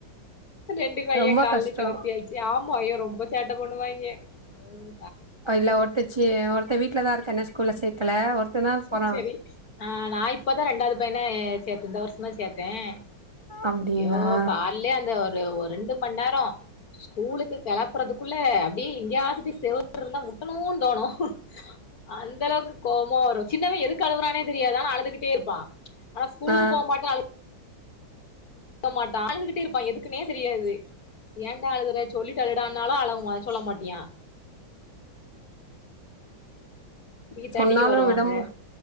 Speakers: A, on the left; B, on the right.
A: ரெண்டு பையன்
B: ரொம்ப
A: கால்லே
B: கஷ்டோ
A: கிளப்பியாச்சு ஏ ஆமா ஐய்யோ ரொம்ப சேட்டை பண்ணுவாங்கே ம்
B: இல்ல ஒருத்தச்சு ஒருத்த வீட்லதான் இருக்க இன்னு ஸ்கூல்ல சேக்கல ஒருத்தன் தான்
A: சேர்
B: போறான்
A: சேரி ஆ நான் இப்பதான் ரெண்டாவது பையன சேர்த்தேன் இந்த வருஷம் தான் சேர்த்தேன்
B: அப்டிங்களா
A: ஐயோ கால்லே அந்த ஒரு ரெண்டு மண நேரோ ஸ்கூலுக்கு கிளப்புறதுக்குள்ள அப்டியே எங்கேயாவது செவ ரு இருந்தா முட்டணும்னு தோணும் அந்த அளவுக்கு கோமா வரும் சின்னவன்‌ எதுக்கு அழுவுரானே தெரியாது அனா அழுதுகிட்டே இருப்பான் ஆனா ஸ்கூல்க்கு
B: ஆ
A: போக மாட்டே அழு க மாட்டா அழுதுகிட்டே இருப்பான் எதுக்குனே தெரியாது ஏன்டா அழுற சொல்லிட்டு அழுடான்னாலும் அழ ம சொல்ல மாட்டியான் த்ரீ தேர்ட்டிக்கு
B: சொன்னாலும்
A: வருவாங்க
B: விட ம